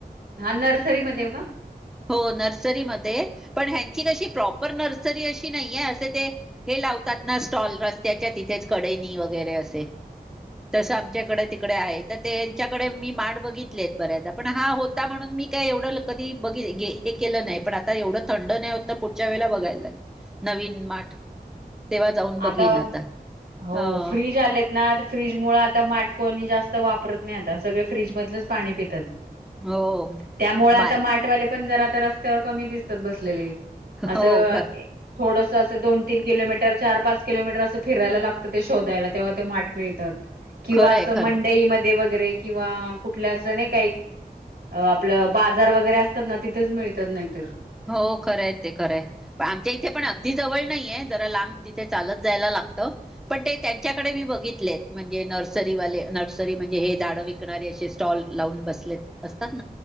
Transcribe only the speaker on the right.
हा नर्सरीमध्ये का.
आता हो
फ्रीज आलेत ना फ्रीज मुळे आता माठ कोणी जास्त वापरत नाही आता सगळे फ्रीजमधलंच पाणी पितात
त्यामुळे आता
माटवाले पण जरा तर रस्त्यावर कमी दिसतात बसलेले अस
थोडसं असं दोन तीन किलो चार पाच किलोमीटर असं फिरायला लागतं ते शोधायला. तेव्हा ते माठ मिळतात किंवा
असं
मंडई मध्ये वैगरे वरे किंवा कुठल्या असं नाही काही अ आपलं बाजार वगैरे असतात ना तिथेच मिळतात नाहीतर